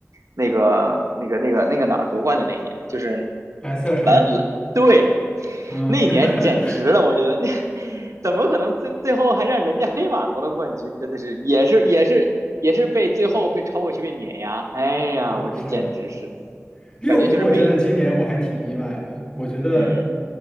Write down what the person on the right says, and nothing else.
那个那个那个那个哪儿夺冠的那一年，就是
蓝蓝对，
那一年简直了，
我觉得那 <laughs> 怎么可能最最后还让人家黑马夺了冠军？真的是也是也是也是被最后被超过去被碾压，哎呀，
我这简直是
感觉就是美，
嗯